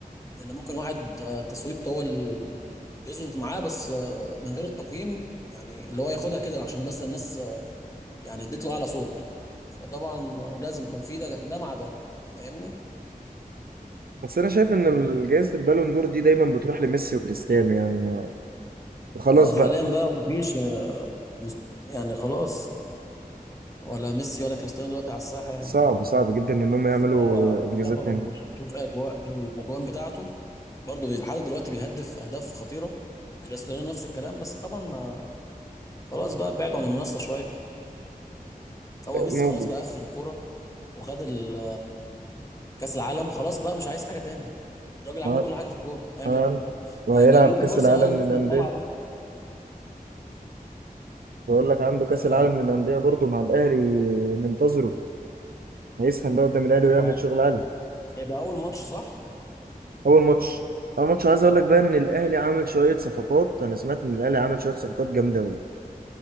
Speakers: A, on the left; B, on the right.
A: لان ممكن واحد آه، تصويت هو اللي يظبط معاه بس آه، من غير التقييم يعني اللي هو ياخدها كده عشان مثلا الناس آه، يعني اديت له اعلى صوت فطبعا آه، لازم يكون في ده ده مع ده فاهمني
B: بس انا شايف ان جائزه البالون دور دي دايما بتروح لميسي وكريستيانو يعني وخلاص
A: اه حاليا
B: بقى
A: بقى مفيش يعني آه، مس- يعني خلاص ولا ميسي ولا كريستيانو دلوقتي على الساحه يعني
B: صعب صعب جدا ان هم
A: ميسي
B: يعملوا
A: اه بقى
B: انجازات
A: تابعه
B: تاني
A: وبشوف اجواء الاجوان بتاعته برضه لحد دلوقتي بيهدف اهداف خطيره وكريستيانو نفس الكلام بس طبعا ما خلاص بقى بعدوا عن المنافسه شويه هو ميسي
B: موجود
A: خلاص بقى قفل الكوره وخد ال- كاس العالم خلاص بقى مش عايز حاجه تاني الراجل عمل
B: ها-
A: كل حاجه في الكوره هيعمل
B: ها.
A: ايه تاني
B: وهيلعب
A: يعني يدي
B: كاس
A: فرصه
B: العالم
A: بقى للناس
B: للانديه
A: اللي طالعه دي
B: بقول لك عنده كاس
A: آه،
B: العالم للانديه برضه مع الاهلي منتظره هيسخن بقى قدام الاهلي ويعمل
A: هو
B: شغل عالي
A: هيبقى اول ماتش صح
B: اول ماتش اول ماتش عايز اقول لك بقى ان الاهلي عامل شويه صفقات انا سمعت ان الاهلي عامل شويه صفقات جامده قوي